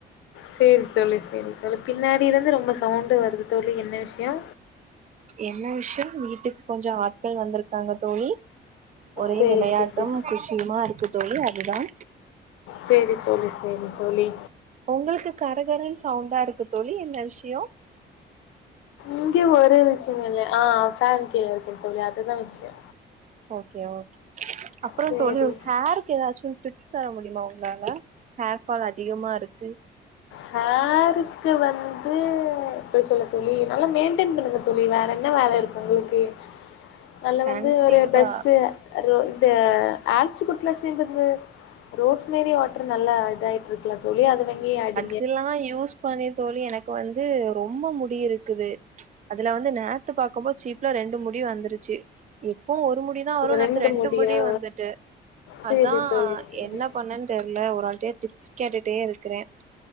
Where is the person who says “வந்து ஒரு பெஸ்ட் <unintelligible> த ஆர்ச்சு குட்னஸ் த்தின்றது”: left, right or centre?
Left